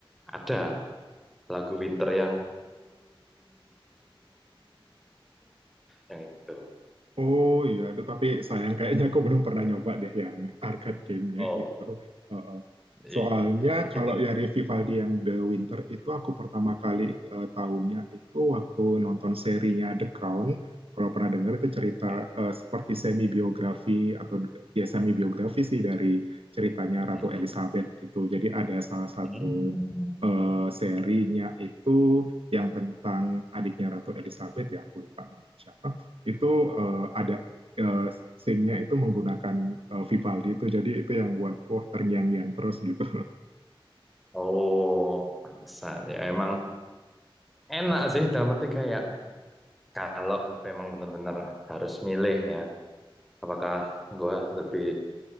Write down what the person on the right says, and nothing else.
Oh iya, aduh, tapi sayang kayaknya aku belum pernah nyoba deh yang arcade gamenya
itu. Heeh.
Soalnya kalau
dari Vivaldi yang The Winter itu aku pertama kali eh, tahunya itu waktu nonton serinya The Crown. Kalau pernah dengar itu cerita
eh, seperti semi biografi atau ya semi biografi sih dari ceritanya Ratu
Elizabeth gitu. Jadi ada salah satu
eh, serinya itu yang tentang adiknya Ratu Elizabeth ya aku lupa namanya siapa itu uh, ada uh, scene-nya itu menggunakan uh, Vivaldi itu jadi itu yang buat wah terngiang-ngiang terus gitu.